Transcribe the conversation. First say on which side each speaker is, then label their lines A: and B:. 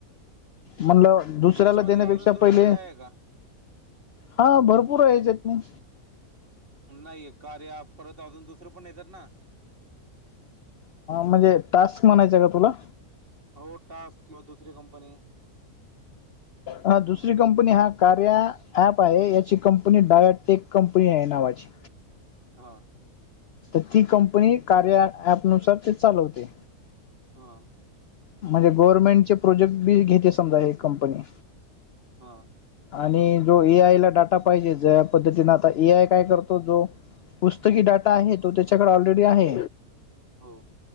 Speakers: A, on the left (about 75°); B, on the right (about 40°).
A: म्हणलं दुसऱ्याला
B: याच्यामध्ये
A: देण्यापेक्षा
B: अजून दुसरं
A: पहिले
B: काय आहे का
A: हा भरपूर हेज्यच्यात नाही.
B: नाहीय कार्य परत अजून दुसरं पण येतात ना.
A: म्हणजे टास्क म्हणायचा का तुला?
B: हो टास्क किंवा दुसरी कंपनी.
A: हा दुसरी कंपनी हा कार्या ऍप आहे याची कंपनी डायाटेक कंपनी आहे नावाची.
B: <inaudible> हा.
A: तर ती कंपनी कार्या ॲप, ॲप नुसार ते चालवते.
B: हा.
A: म्हणजे गव्हर्नमेंटचे प्रोजेक्ट बी घेते समजा हे कंपनी.
B: हा.
A: आणि जो ए आयला डाटा पाहिजे ज्या पद्धतीने आता ए आय काय करतो जो पुस्तकी डाटा आहे तो त्याच्याकडे ऑलरेडी आहे.
B: हो.